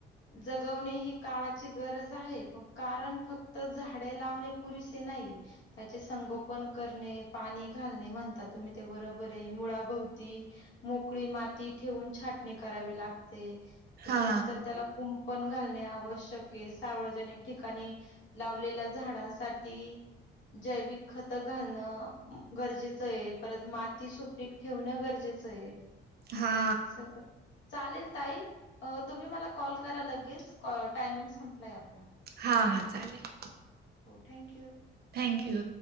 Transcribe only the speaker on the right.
हा
हा
हां हां चालेल.
थँक्यू.